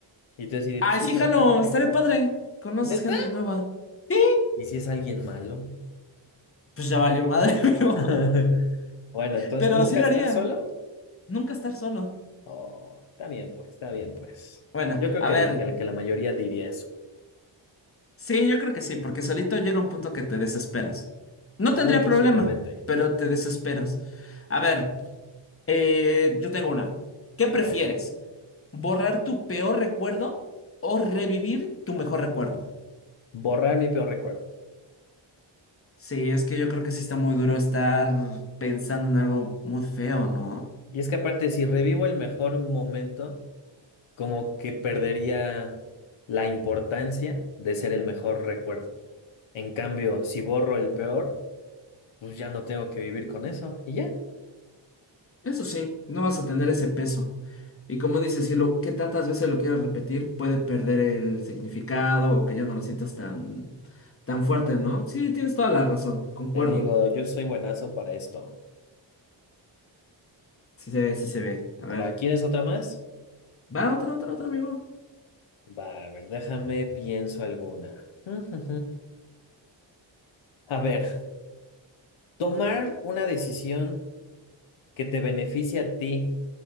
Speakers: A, on the left; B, on the left.
A: Y tú así de,
B: Ay,
A: pues sí,
B: sí,
A: pero
B: jalo,
A: ¿quién eres?
B: estaré padre. Conoces
A: ¿Neta?
B: gente nueva. Sí,
A: ¿Y si es alguien malo?
B: pues ya valió madre, <laughs> pero,
A: <laughs> Bueno, entonces,
B: pero
A: ¿nunca
B: sí lo
A: estar
B: haría.
A: solo?
B: Nunca estar solo.
A: Oh, está bien, pues, está bien, pues.
B: Bueno,
A: Yo creo
B: a
A: que,
B: ver,
A: el- que, el- que la mayoría diría eso.
B: sí, yo creo que sí, porque solito llega un punto que te desesperas. No
A: Muy
B: tendría
A: posiblemente.
B: problema, pero te desesperas. A ver, eh, yo tengo una. ¿Qué prefieres?
A: A ver,
B: ¿Borrar tu peor recuerdo o revivir tu mejor recuerdo?
A: borrar mi peor recuerdo.
B: Sí, es que yo creo que sí está muy duro estar pensando en algo muy feo, ¿no?
A: Y es que aparte, si revivo el mejor momento, como que perdería la importancia de ser el mejor recuerdo. En cambio, si borro el peor, pues ya no tengo que vivir con eso. Y ya,
B: Eso sí, no vas a tener ese peso. Y como dices, si lo que tantas veces lo quieras repetir, puede perder el significado o que ya no lo sientas tan, tan fuerte, ¿no? Sí, tienes toda la razón, concuerdo.
A: te digo, yo soy buenazo para esto.
B: Sí se ve, sí se ve. A ver,
A: Va, ¿quieres otra más?
B: va otra, otra, otra, amigo.
A: Va, a ver, déjame, pienso alguna. <laughs> A ver, tomar una decisión que te beneficie a ti,